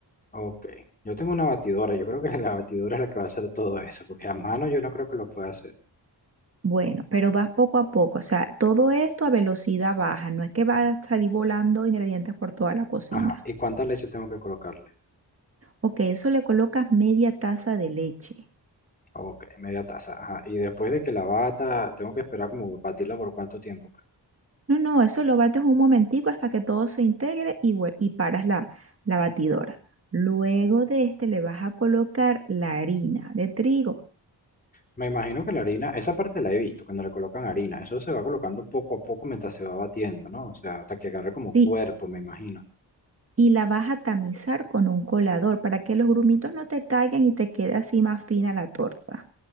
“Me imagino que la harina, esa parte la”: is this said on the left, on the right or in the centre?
Left